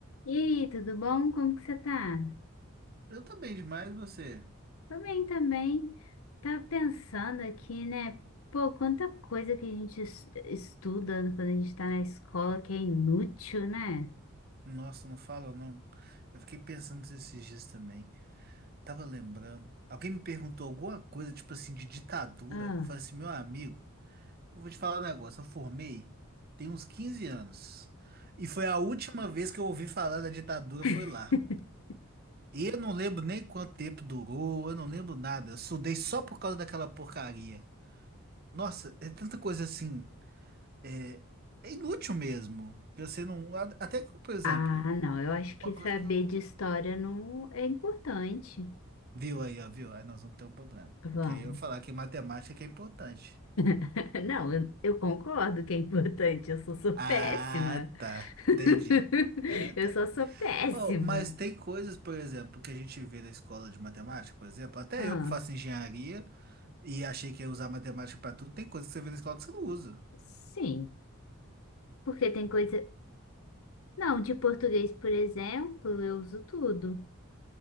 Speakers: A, on the left; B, on the right.
A: E aí, tudo bom? Como que você tá?
B: Eu tô bem demais, você?
A: Tô bem também. Tava pensando aqui, né? Pô, quanta coisa que a gente es- estuda quando a gente tá na escola que é inútil, né?
B: Nossa, não fala não. Eu fiquei pensando nisso esses dias também. Tava lembrando. Alguém me perguntou alguma coisa, tipo assim, de ditadura.
A: Ah.
B: Eu falei assim, meu amigo, eu vou te falar um negócio. Eu formei tem uns 15 anos. E foi a última vez que eu ouvi falar da ditadura,
A: <laughs>
B: foi lá. E eu não lembro nem quanto tempo durou, eu não lembro nada. Eu estudei só por causa daquela porcaria. Nossa, é tanta coisa assim. É, é inútil mesmo. Que você não. a- Até que, por exemplo.
A: Ah, não, eu acho que
B: Uma coisa
A: saber
B: que eu.
A: de história não é importante.
B: Viu aí, ó, viu? Aí nós vamos ter um problema.
A: Vamos.
B: Porque aí eu falar que matemática que é importante.
A: <laughs> Não, eu, eu concordo que é importante, eu só sou
B: Ah,
A: péssima.
B: tá.
A: <laughs>
B: Entendi. Ah,
A: Eu
B: tá.
A: só sou péssima.
B: Oh, mas tem coisas, por exemplo, que a gente vê na escola de matemática, por exemplo, até
A: Ah,
B: eu que faço engenharia e achei que ia usar matemática pra tudo, tem coisas que você vê na escola que você não usa.
A: sim. Porque tem coisa. Não, de português, por exemplo, eu uso tudo.